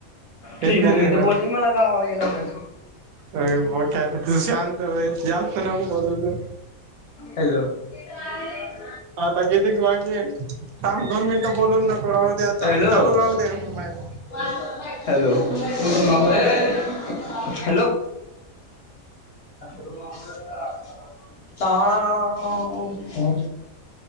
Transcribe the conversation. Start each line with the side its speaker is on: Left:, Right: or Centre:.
Left: तुझी
Right: इथेच
Left: मम्मी
Right: आहे ना
Left: तर बोलली मला गावाला गेला होता तु
Right: अय बोठया तू शांत बयीस जास्त नको बोलु तु
Left: हॅलो इथे आलेले
Right: आता किती बाकी ये थांब दोन मिनिटं बोलून नको राहू दे आता
Left: हॅलो
Right: चालू राहू दे मोबाईल
Left: <unintelligible> हॅलो ये <unintelligible> हॅलो <unintelligible> ताळाळाहमफम